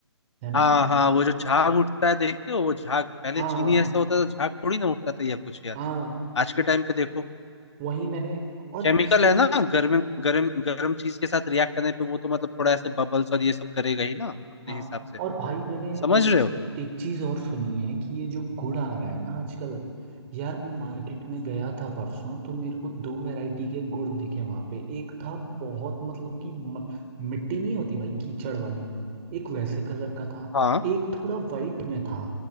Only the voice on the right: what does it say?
है ना
हाँ
हाँ
वही मैंने और
से
हाँ
और भाई मैंने
एक
एक चीज़ और सुनी है कि ये जो गुड़ आ रहा है ना आजकल यार मैं मार्केट में गया था परसों तो मेरे को दो वैरायटी के गुड़ दिखे वहाँ पे एक था बहुत मतलब कि म- मिट्टी नहीं होती भाई कीचड़ वाली एक वैसे कलर का था
एक थोड़ा वाइट में था